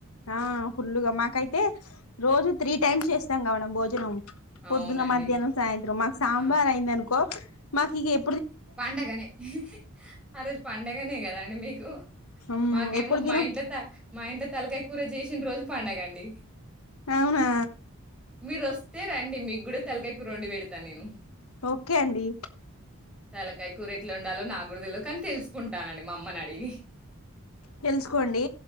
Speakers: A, on the left; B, in the centre.
A: ఆ ఫుల్లుగా మాకైతే రోజు త్రీ టైమ్స్ చేస్తాం గా మనం భోజనం పొద్దున
B: అవునండి.
A: మధ్యాహ్నం సాయంత్రం మాకు సాంబార్
B: ఆ!
A: అయిందను కో మాకిగ ఎ
B: పండగనే హాహ ఆ రోజు పండగనే కదా అండి మీకు
A: మ్మ్
B: మాకేమో
A: ఎప్పుడు తినం
B: మా ఇంట్లో త మా ఇంట్లో తలకాయ కూర చేసిన రోజు పండగ అండి
A: అవునా
B: మీరొస్తే రండి మీ కూడా తలకాయ కూరండి వెడతా నేను
A: ఓకే అండి
B: తలకాయ కూరెట్ల వండాలో నాకు కూడ తెలవదు కానీ తెలుసుకుంటానండి మా అమ్మని అడిగి
A: తెలుసుకోండి